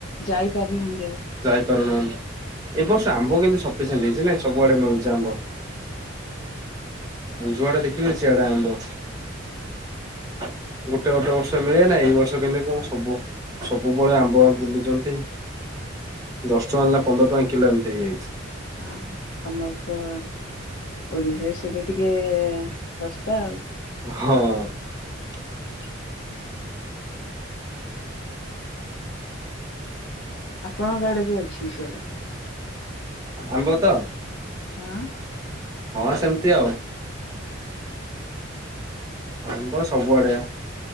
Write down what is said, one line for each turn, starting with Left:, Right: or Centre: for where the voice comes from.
Left: ଯାଇପାରୁନାହାନ୍ତି।
Right: ଯାଇପାରୁନାହାନ୍ତି ଏ ବର୍ଷ ଆମ୍ବ କିନ୍ତୁ ସଫିସିଣ୍ଟ ହେଇଛି ନାଇଁ ସବୁଆଡେ ମିଳୁଛି ଆମ୍ବ ଯୁଆ ଟା ଦେଖିବେ ସେଆଡା ଆମ୍ଭ ଗୋଟେ ଗୋଟେ ବର୍ଷ ମିଳେ ନାହିଁ ଏଇ ବର୍ଷ କେମତି କଣ ସବୁ ସବୁବେଳେ ଆମ୍ବ ବୁଲୁଛନ୍ତି। ଦଶଷ୍ଟ ମଲଲା ପନ୍ଦର ଟଙ୍କା କିଲୋ ଏମିତି ହେଇଯାଇଛି।
Left: ହଁ ଆମ ତ ଓଡିଶାରେ ସେଇଟା ଟିକେ ଶସ୍ତା ଆଉ
Right: ହଁ
Left: <inaudible> ଆପଣଙ୍କଆଡେ ବି ଅଛି ସଆଡେ
Right: ଆମ୍ବ ତ
Left: ହଁ
Right: ହଁ ସେମିତି ଆଉ ଆମ୍ବ ସବୁଆଡେ